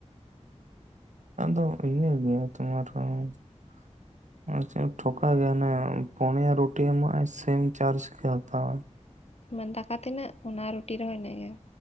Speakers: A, on the right (about 80°); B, on the left (about 60°).
A: <unintelligible> ᱴᱷᱚᱠᱟ ᱜᱮᱭᱟ <unintelligible> ᱯᱳᱱᱤᱭᱟ ᱨᱩᱴᱤ ᱮᱢᱚᱜ ᱟᱭ ᱥᱮᱢ ᱪᱟᱨᱡ ᱜᱮ ᱦᱟᱛᱟᱣᱟᱭ
B: <unintelligible> ᱫᱟᱠᱟ ᱛᱤᱱᱟᱹᱜ ᱚᱸᱱᱟ ᱨᱩᱴᱤ ᱨᱮᱦᱚᱸ ᱤᱱᱟᱜ ᱜᱮ